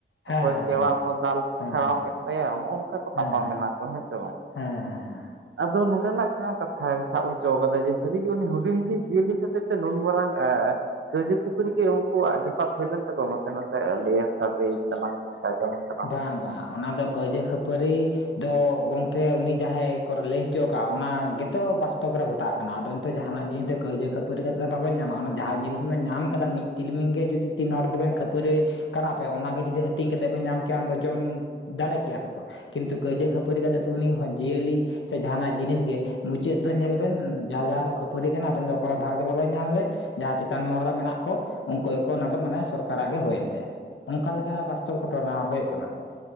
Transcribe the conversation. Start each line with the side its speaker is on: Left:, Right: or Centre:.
Left: ᱦᱮᱸ
Right: ᱚᱠᱚᱭ
Left: ᱦᱮᱸ
Right: ᱠᱮᱣᱟ ᱠᱚ
Left: ᱦᱮᱸ ᱦᱮᱸ ᱦᱮᱸ
Right: ᱫᱟᱞ ᱪᱷᱟᱲᱟᱣ
Left: ᱦᱮᱸ
Right: ᱠᱮᱫ ᱛᱟᱭᱟ ᱱᱚᱜᱼᱚ ᱱᱚᱝᱠᱟ ᱠᱚ
Left: ᱦᱮᱸ
Right: ᱛᱟᱯᱟᱢ
Left: ᱦᱮᱸ
Right: ᱮᱱᱟ ᱠᱚ ᱦᱮᱸ ᱥᱮ ᱵᱟᱝ
Left: ᱦᱮᱸ ᱦᱮᱸ
Right: ᱟᱫᱚ ᱱᱚᱸᱰᱮᱱᱟᱜ ᱡᱟᱦᱟᱸ ᱠᱟᱛᱷᱟᱭ ᱥᱟᱵ ᱦᱚᱪᱚ ᱟᱠᱟᱫᱟ ᱡᱮ ᱥᱟᱹᱨᱤᱜᱮ ᱩᱱᱤ ᱦᱩᱰᱤᱧ ᱦᱩᱰᱤᱧ ᱡᱤᱭᱟᱹᱞᱤ ᱠᱷᱟᱹᱛᱤᱨ ᱛᱮ ᱱᱩᱱ ᱢᱟᱨᱟᱝ ᱮᱸᱻ ᱠᱟᱹᱭᱡᱟᱹ ᱠᱷᱟᱹᱯᱟᱹᱨᱤ ᱜᱮ ᱩᱝᱠᱩᱣᱟᱜ ᱡᱚᱛᱷᱟᱛ ᱦᱩᱭ ᱞᱮᱱ ᱛᱟᱠᱚ ᱱᱟᱥᱮ ᱱᱟᱥᱮ ᱞᱟᱹᱭᱟᱱ ᱥᱟᱨᱫᱤᱭᱮᱱ ᱛᱟᱞᱟᱝ <inaudible>
Left: ᱵᱟᱝ ᱵᱟᱝ ᱚᱱᱟ ᱫᱚ ᱠᱟᱹᱭᱡᱟᱹ ᱠᱷᱟᱹᱯᱟᱹᱨᱤ ᱫᱚ ᱜᱚᱜᱠᱮ ᱩᱱᱤ ᱡᱟᱦᱟᱸᱭ ᱠᱚᱨ ᱞᱟᱹᱭ ᱦᱚᱪᱚ ᱠᱟᱜᱼᱟ ᱚᱱᱟ ᱜᱮᱛᱚ ᱵᱟᱥᱛᱚᱵ ᱨᱮ ᱜᱷᱚᱴᱟᱜ ᱠᱟᱱᱟ ᱟᱵᱮᱱ ᱛᱚ ᱡᱟᱦᱟᱱᱟᱜ ᱡᱤᱱᱤᱥ ᱫᱚ ᱠᱟᱹᱭᱡᱟᱹ ᱠᱷᱟᱹᱯᱟᱹᱨᱤ ᱠᱟᱛᱮᱫ ᱫᱚ ᱵᱟᱵᱤᱱ ᱧᱟᱢᱟ ᱚᱱᱟ ᱡᱟᱦᱟᱸ ᱡᱤᱱᱤᱥ ᱵᱮᱱ ᱧᱟᱢ ᱟᱠᱟᱫᱟ ᱢᱤᱫ ᱛᱤᱞᱢᱤᱧ ᱜᱮ ᱡᱩᱫᱤ ᱛᱤᱱ ᱦᱚᱲ ᱫᱚᱵᱤᱱ ᱠᱷᱟᱹᱯᱟᱹᱨᱤᱭᱟ ᱠᱟᱱᱟ ᱚᱱᱟ ᱜᱮ ᱡᱩᱫᱤ ᱦᱟᱹᱴᱤᱧ ᱠᱟᱛᱮ ᱵᱮ ᱧᱟᱢ ᱪᱟᱸᱫᱚ ᱡᱚᱢ ᱫᱟᱲᱮ ᱠᱮᱭᱟ ᱠᱚᱛᱚ ᱠᱤᱱᱛᱩ ᱠᱟᱹᱭᱡᱟᱹ ᱠᱷᱟᱹᱯᱟᱹᱨᱤ ᱠᱟᱛᱮ ᱫᱚ ᱩᱱᱤ ᱦᱚᱸ ᱡᱤᱭᱟᱹᱞᱤ ᱟᱪᱪᱷᱟ ᱡᱟᱸᱦᱟᱱᱟᱜ ᱡᱤᱱᱤᱥ ᱜᱮ ᱢᱩᱪᱟᱹᱫ ᱛᱮ ᱫᱚ ᱧᱮᱞ ᱵᱮᱱ ᱡᱟᱦᱟᱸ ᱡᱟᱦᱟᱸ ᱠᱚ ᱠᱷᱟᱹᱯᱟᱹᱨᱤ ᱠᱟᱱᱟ ᱟᱵᱮᱱ ᱫᱚ ᱚᱠᱚᱭ ᱵᱷᱟᱜᱽ ᱫᱚ ᱵᱟᱵᱮᱱ ᱧᱟᱢ ᱞᱮᱫ ᱡᱟᱦᱟᱸ ᱪᱮᱛᱟᱱ ᱢᱚᱦᱚᱨ ᱨᱮ ᱢᱮᱱᱟᱜ ᱠᱚ ᱩᱱᱠᱩ ᱜᱮᱠᱚ ᱚᱱᱟ ᱫᱚ ᱢᱟᱱᱮ ᱥᱚᱨᱠᱟᱨᱟᱜ ᱜᱮ ᱦᱩᱭᱮᱱ ᱛᱟᱭᱟ ᱚᱝᱠᱟ ᱞᱮᱠᱟ ᱵᱟᱥᱛᱚᱵ ᱜᱷᱚᱴᱚᱱᱟ ᱦᱩᱭᱩᱜ ᱠᱟᱱᱟ ᱛᱚ